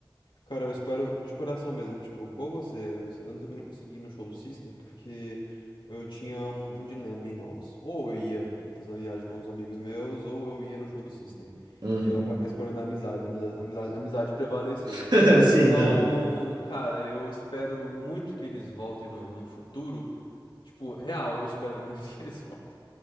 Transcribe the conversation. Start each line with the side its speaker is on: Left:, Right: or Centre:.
Left: Cara, eu espero de coração mesmo, tipo, igual você, eu não- também não consegui ir no show do System porque eu tinha um, um dilema em mãos. Ou eu ia fazer uma viagem com os amigos meus, ou eu ia no show do System.
Right: Uhum.
Left: E eu acabei escolhendo a amizade, a amizade, a amizade a amizade prevaleceu.
Right: <laughs> Sim,
Left: Então,
Right: não.
Left: cara, eu espero muito que eles voltem no, no futuro. Tipo, real, eu espero muito <laughs> que eles voltem.